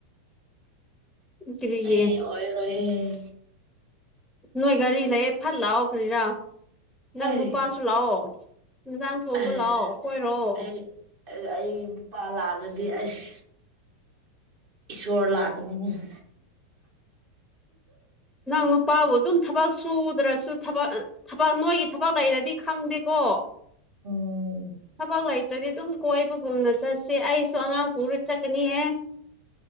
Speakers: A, in the centre; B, on the right.
A: ꯀꯔꯤꯒꯤ
B: ꯑꯩ ꯑꯣꯏ ꯔꯣꯏꯑꯦ
A: ꯅꯣꯏ ꯒꯥꯔꯤ ꯂꯩꯌꯦ ꯐꯠ ꯂꯥꯛꯑꯣ ꯀ꯭ꯔꯤꯔꯥ ꯅꯪ
B: ꯑꯩ
A: ꯅꯨꯄꯥꯁꯨ ꯂꯥꯛꯑꯣ ꯏꯟꯖꯥꯡ ꯊꯣꯡꯕ
B: ꯑꯩ
A: ꯂꯥꯛꯑꯣ ꯑꯩꯈꯣꯏꯔꯣ
B: ꯑꯩ ꯑꯩ ꯅꯨꯄꯥ ꯂꯥꯛꯑꯒ ꯗꯤ ꯑꯁ ꯏꯁꯣꯔ ꯂꯥꯛꯀꯅꯤꯅ <unintelligible>
A: ꯅꯪ ꯅꯨꯄꯥꯕꯨ ꯑꯗꯨꯝ ꯊꯕꯛ ꯁꯨꯗ꯭ꯔꯁꯨ ꯊꯕꯛ ꯊꯕꯛ ꯅꯣꯏꯒꯤ ꯊꯕꯛ ꯂꯩꯔꯗꯤ ꯈꯪꯗꯦꯀꯣ
B: ꯎꯝ
A: ꯊꯕꯛ ꯂꯩꯇ꯭ꯔꯗꯤ ꯑꯗꯨꯝ ꯀꯣꯏꯕꯒꯨꯝꯅ ꯆꯠꯁꯦ ꯑꯩꯁꯨ ꯑꯉꯥꯡ ꯄꯨꯔ ꯆꯠꯀꯅꯤꯍꯦ